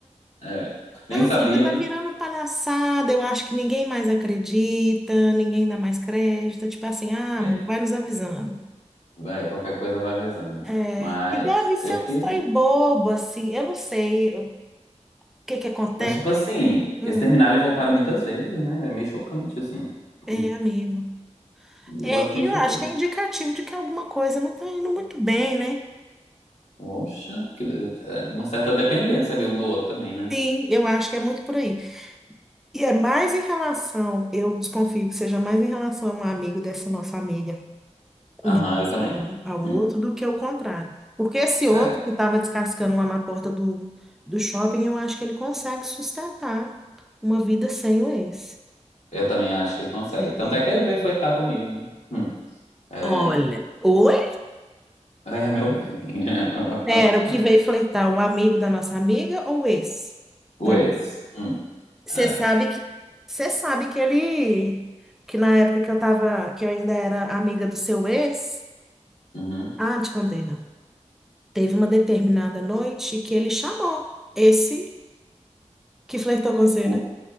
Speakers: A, on the left; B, in the centre.
A: É.
B: Então,
A: Nem sabia,
B: assim, já tá
A: né?
B: virando palhaçada, eu acho que ninguém mais acredita, ninguém dá mais crédito, tipo assim, ah,
A: É.
B: amor, vai nos avisando.
A: Vai, qualquer coisa vai avisando.
B: É,
A: Mas
B: e deve ser
A: eu fiquei.
B: um trem bobo, assim, eu não sei o que que acontece.
A: Mas, tipo assim,
B: Hum,
A: eles terminaram e voltaram muitas vezes, né? É meio chocante, assim.
B: é,
A: Hum.
B: amigo.
A: Eu
B: É,
A: acho meio
B: eu
A: chocante.
B: acho que é indicativo de que alguma coisa não tá indo muito bem, né?
A: Poxa, que- é uma certa dependência ali um do outro também, né?
B: Sim, eu acho que é muito por aí. E é mais em relação, eu desconfio que seja mais em relação a um amigo dessa nossa amiga.
A: Aham,
B: em relação
A: eu também.
B: ao ao
A: Hum.
B: outro do que o contrário. Porque esse outro
A: é,
B: que estava descascando lá na porta do, do shopping, eu acho que ele consegue sustentar uma vida sem o ex.
A: Eu também acho que ele consegue.
B: É.
A: Tanto é que ele veio flertar comigo, né? Hum. É,
B: Olha, oi?
A: é, meu bem. <laughs>
B: Era o que veio flertar, o amigo da nossa amiga ou o ex
A: O
B: do amigo?
A: ex. Hum.
B: Você
A: É.
B: sabe que você sabe que ele que na época que eu tava, que eu ainda era amiga do seu ex,
A: Uhum.
B: ah, não te contei não. Teve uma determinada noite que ele chamou esse que flertou com você,
A: O-
B: né?